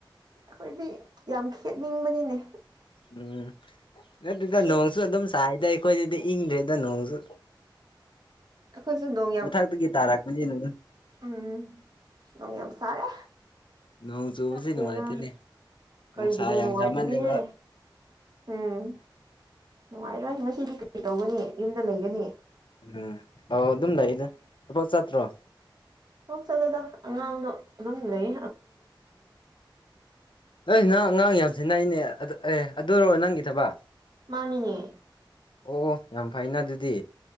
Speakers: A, on the right; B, on the left.
A: ꯑꯩꯈꯣꯏꯗꯤ ꯌꯥꯝ ꯈꯦꯠꯅꯤꯡꯕꯅꯤꯅꯦ
B: ꯎꯝ ꯅꯠꯇꯗ
A: ꯈꯦꯠ
B: ꯅꯣꯡꯁꯨ ꯑꯗꯨꯝ ꯁꯥꯏꯗ ꯑꯩꯈꯣꯏꯗꯗꯤ ꯏꯪꯗ꯭ꯔꯦꯗ ꯅꯣꯡꯁꯨ
A: ꯑꯩꯈꯣꯏꯁꯨ ꯅꯣ
B: ꯃꯊꯛꯇꯒꯤ ꯇꯥꯔꯛꯄꯅꯤ ꯑꯗꯨ
A: ꯎꯝ ꯎ ꯌꯥꯝ ꯁꯔꯦ
B: ꯅꯣꯡ ꯆꯨꯕꯁꯤ
A: ꯗꯦꯔ
B: ꯅꯨꯡꯉꯥꯏꯇꯦꯅꯦ
A: ꯀꯔꯤꯒꯤꯅꯣ
B: ꯅꯨꯡꯁꯥ
A: ꯅꯨꯡꯉꯥꯏꯕꯅꯤꯍꯦ
B: ꯌꯥꯝ ꯁꯥꯃꯜꯂꯦꯕ
A: ꯎꯝ ꯅꯨꯡꯉꯥꯏꯔꯣꯏ ꯉꯁꯤꯗꯤ ꯀꯔꯤ ꯇꯧꯒꯅꯤ ꯌꯨꯝꯗ ꯂꯩꯒꯅꯤ
B: ꯎꯝ ꯑꯥꯎ ꯑꯗꯨꯝ ꯂꯩꯗ ꯊꯕꯛ ꯆꯥꯠꯇ꯭ꯔꯣ
A: ꯊꯣꯛꯣꯛ ꯆꯠꯂꯗ ꯑꯉꯥꯡꯗꯣ ꯑꯗꯨꯝ ꯂꯩ
B: ꯎꯝ ꯑꯩ ꯅꯍ ꯑꯉꯥꯡ ꯌꯥꯝꯁꯤꯅꯩꯅꯦ ꯑ ꯑꯦ ꯑꯗꯨ ꯑꯣꯏꯔꯣ ꯅꯪꯒꯤ ꯊꯕ
A: ꯃꯥꯅꯤꯌꯦ
B: ꯑꯣ ꯌꯥꯝ ꯐꯩꯅ ꯑꯗꯨꯗꯤ